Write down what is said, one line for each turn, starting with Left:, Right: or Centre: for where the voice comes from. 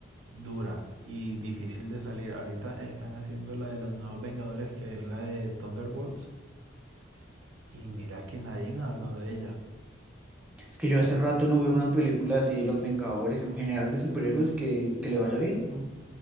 Right: dura y difícil de salir. Ahorita están haciendo la de los nuevos Vengadores, que es la de Thunderbolts, y mira que nadie ha hablado de ella.
Centre: Es que yo hace rato no veo una película así de los Vengadores en general de superhéroes que, que le vaya bien, ¿no?